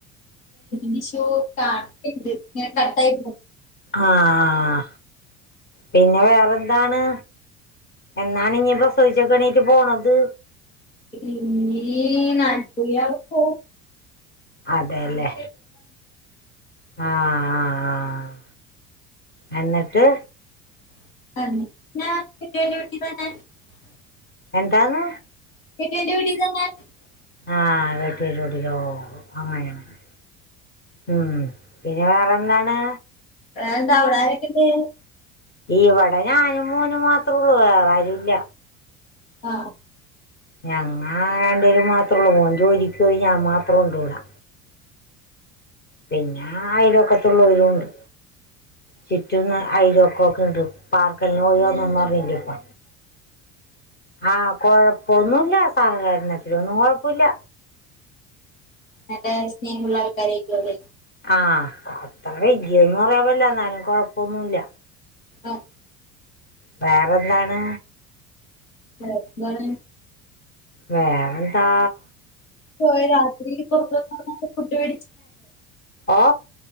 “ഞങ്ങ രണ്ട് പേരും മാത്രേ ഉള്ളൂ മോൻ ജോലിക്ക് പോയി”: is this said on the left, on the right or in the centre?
Left